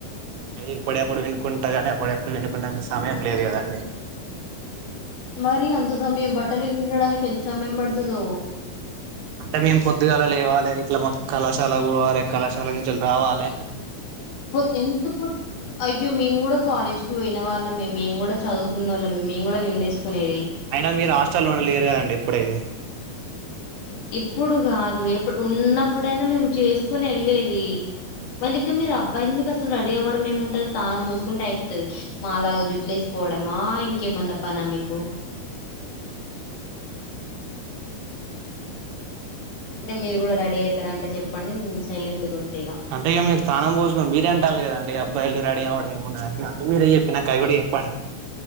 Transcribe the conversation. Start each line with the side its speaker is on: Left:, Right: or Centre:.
Right: ఇప్పుడ ఎప్పుడు పిండుకుంటాగాని అప్పుడప్పుడు పిండుకునేందుకు సమయం లేదు కదండి
Left: మరి అంత సమయం బట్టలకి పిండడానికి ఎంత సమయం పడుతదో
Right: అంటే మేము పొద్దుగాల లేవాలె ఇట్ల కళాశాలకి పోవాలె కళాశాల నుంచి రావాలి
Left: పో ఎంత <unintelligible> అయ్యో మేము కూడా కాలేజ్కి పోయిన వాళ్ళ మేము మేము కూడా చదువుకున్న వాళ్ళమే మేము కూడా విండేసుకునేది
Right: అయినా మీరు హస్టల్లో ఉండలేరు కదండి ఇప్పుడైది
Left: ఇప్పుడు కాదు ఎప్పుడు ఉన్నప్పుడైనా మేము చేసుకుని వెళ్ళేది మళ్ళీ ఇంకా మీరూ అబ్బాయిలు మీకు అసలు రెడీ ఆవ్వడం ఏమిముంటది తానం పోసుకుంటే అయిపోతది మాలాగా జుట్లే ఏసుకోవడమా ఇంకేమనా పనా మీకు అంటే మీరు కూడా రెడీ ఐతారంటే చెప్పండి నేను సైలెట్గా ఉంట ఇక
Right: అంట ఇక మీరు స్థానం పోసుకుని మీరే అంటాలి కద అండి అబ్బాయిలు రడీ అవ్వ అందు మీరే చెప్పిన నాక అయి కూడా చెప్పండి